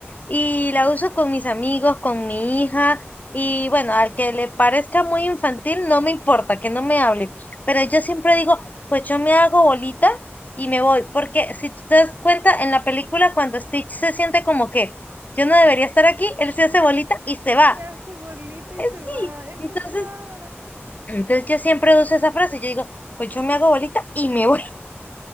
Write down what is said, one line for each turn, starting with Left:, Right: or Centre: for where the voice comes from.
Left: y la uso con mis amigos, con mi hija. Y bueno, al que le parezca muy infantil, no me importa, que no me hable. Pero yo siempre digo, pues yo me hago bolita y me voy. Porque si tú te das cuenta, en la película cuando Stitch se siente como que yo no debería estar aquí, él se hace bolita y se va.
Right: Se hace bolita y
Left: Eh,
Right: se va,
Left: Sí.
Right: es
Left: Entonces,
Right: verdad.
Left: entonces yo siempre uso esa frase. Yo digo, pues yo me hago bolita y me voy.